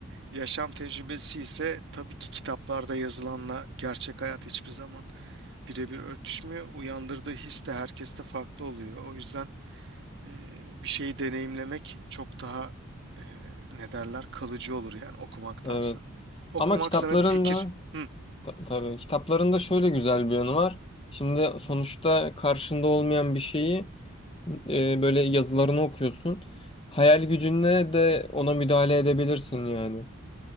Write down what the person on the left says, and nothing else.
Evet.
Ama kitapların
da
ta- tabii kitapların da şöyle güzel bir yanı var. Şimdi sonuçta karşında olmayan bir şeyi e, böyle yazılarını okuyorsun. Hayal gücünle de ona müdahale edebilirsin yani.